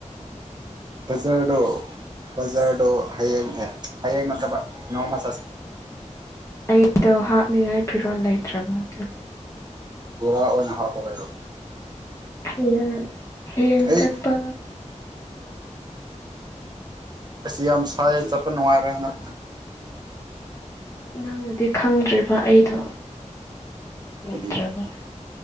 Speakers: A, on the right; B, on the left.
A: ꯕꯖꯥ꯭ꯔꯗꯣ ꯕꯖꯥꯔꯗꯣ ꯍꯌꯦꯡꯑ ꯍꯌꯦꯡ ꯅꯠꯇꯕ ꯅꯣꯡꯃ ꯆꯠꯁꯦ
B: ꯑꯩꯗꯣ ꯍꯥꯅꯤ ꯐꯤꯔꯣꯜ ꯂꯩꯇ꯭ꯔꯕ ꯑꯗꯨꯒꯤ
A: ꯔꯥ ꯑꯣꯏꯅ ꯍꯥꯥꯞꯄꯒꯦꯌꯨ
B: ꯍꯡ ꯍꯌꯦꯡ
A: ꯑꯩ
B: ꯆꯠꯄ
A: ꯑꯁꯤ ꯌꯥꯝ ꯁꯥꯏ ꯆꯠꯄ ꯅꯨꯡꯉꯥꯏꯔꯦ ꯍꯅ
B: ꯅꯪꯅꯗꯤ ꯈꯪꯗ꯭ꯔꯤꯕ ꯑꯩꯗꯣ ꯂꯩꯇ꯭ꯔꯥꯕ
A: ꯀꯔꯤ